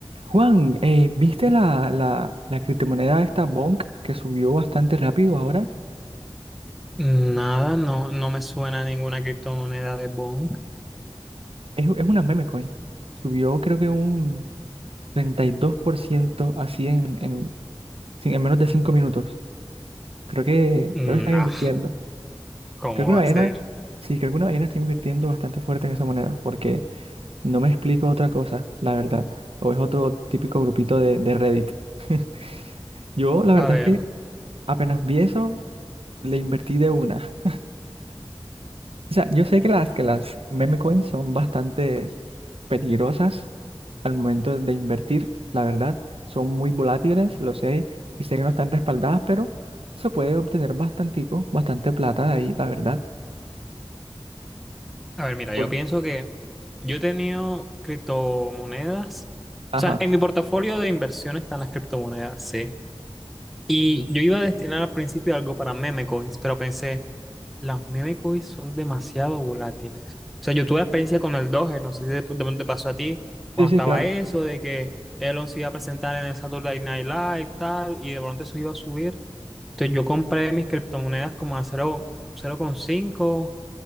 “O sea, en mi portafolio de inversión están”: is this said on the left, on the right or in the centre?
Centre